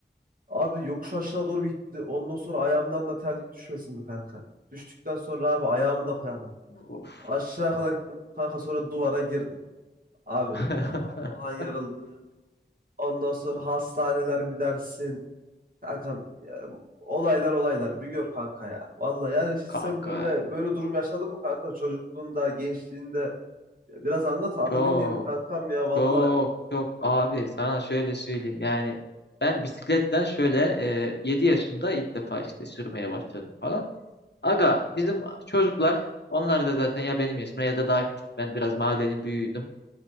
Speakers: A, on the right; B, on the left.
A: Abi yokuş aşağı doğru bir gitti. Ondan sonra ayağımdan da terlik düşmesin mi kanka? Düştükten sonra abi ayağımı da koyamadım.
B: Of.
A: Aşağı kadar gittim. Kanka sonra duvara girdim. Abi
B: <laughs>
A: kafam falan yarıldı. Ondan sonra hastaneler mi dersin? Kankam ya, olaylar olaylar. Bir gör kanka ya. Vallahi yani hiç
B: Kanka
A: sen böyle böyle durum yaşadın mı kanka? Çocukluğunda, gençliğinde. Biraz anlat, anla
B: çok
A: dinleyelim kankam ya. Vallahi
B: çok çok abi sana şöyle söyleyeyim yani ben bisikletten şöyle e, 7 yaşında ilk defa işte sürmeye başladım falan. Aga bizim çocuklar onlar da zaten ya benim yaşımda ya da daha küçük ben biraz mahallenin büyüğüydüm.